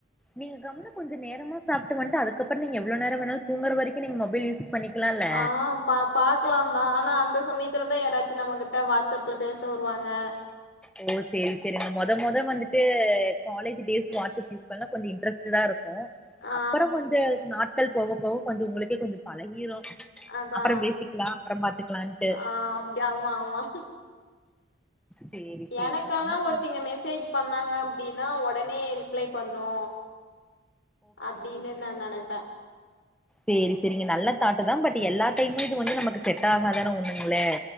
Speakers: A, in the centre; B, on the left (about 70°).
A: நீங்க கம்முனு கொஞ்ச நேரமா சாப்ட்டு வண்ட்டு அதுக்கப்ரொ நீங்க எவ்வளவு நேர வேணாலு தூங்குற வரைக்கு நீங்க மொபைல் யூஸ் பண்ணிக்கலால்ல
B: ஆ பா பாக்கலாந்தா ஆனா அந்த சமயத்துலதா யாராச்சு நம்மகிட்ட வாட்ஸ்அப்ல பேச வருவாங்க
A: ஓ சரி சரிங்க மொத மொத வந்துட்டு காலேஜ் டேஸ் வட்ஸ்அப் யூஸ் பண்ணா கொஞ்ச இன்ட்ரஸ்ட்டடாத இருக்கு
B: ஆ
A: அப்பற கொஞ்ச நாட் மக்கள் போக போக கொஞ்ச உங்களுக்கே கொஞ்ஜோ பழகிரு
B: அதா
A: அப்புறம் பேசிக்கலா அப்புறம் பாத்துக்கலான்ட்டு
B: ஆ அப்டியம்மா ஆமா
A: சேரி சேரிங்க
B: எனக்கு ஆன
A: அம்மா
B: ஒருத்தி
A: வந்து
B: இங்க மெசேஜ் பண்ணாங்க அப்டின் ன்னா ஒடனே ரிப்ளை பண்ணு அப்டின்னு நா நெனைப்பே
A: செரி செரிங்க நல்ல தட்டு தா பட் எல்லா டைமு இது வந்து நமக்கு செட் ஆகாதான உண்மங்களே